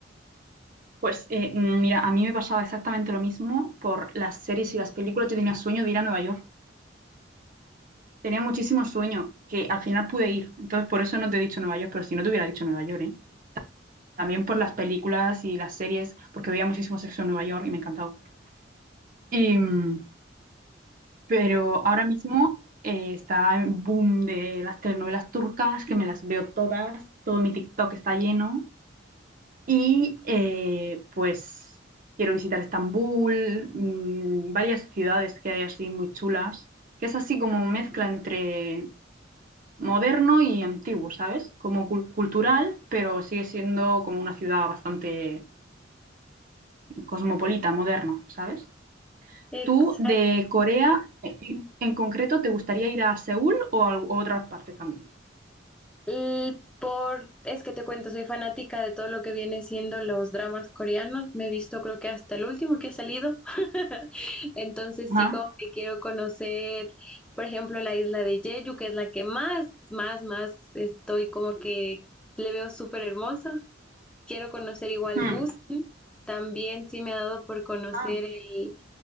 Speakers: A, on the right; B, in the centre.
A: Pues eh, mm, mira, a mí me pasaba exactamente lo mismo por las series y las películas. Yo tenía sueño de ir a Nueva York. Tenía muchísimo sueño que al final pude ir. Entonces, por eso no te he dicho Nueva York, pero si no te hubiera dicho Nueva York, ¿eh? también por las películas y las series, porque veía muchísimo sexo en Nueva York y me encantaba. Y, mm, pero ahora mismo eh, está el boom de las telenovelas turcas, que me las veo todas, todo mi TikTok está lleno. Y eh, pues quiero visitar Estambul, mm, varias ciudades que hay así muy chulas, que es así como mezcla entre moderno y antiguo, ¿sabes? Como cul- cultural, pero sigue siendo como una ciudad bastante cosmopolita, moderno ¿sabes?
B: exacto
A: ¿Tú de Corea en, en concreto te gustaría ir a Seúl o a, o a otras partes también?
B: L- Por, es que te cuento, soy fanática de todo lo que viene siendo los dramas coreanos. Me he visto creo que hasta el último que ha salido. <laughs> Entonces
A: Ajá.
B: sí como que quiero conocer, por ejemplo, la isla de Jeju, que es la que más, más, más estoy como que le veo súper hermosa. Quiero conocer igual
A: Hmm.
B: Busan. También sí me ha dado por conocer
A: Ah,
B: el,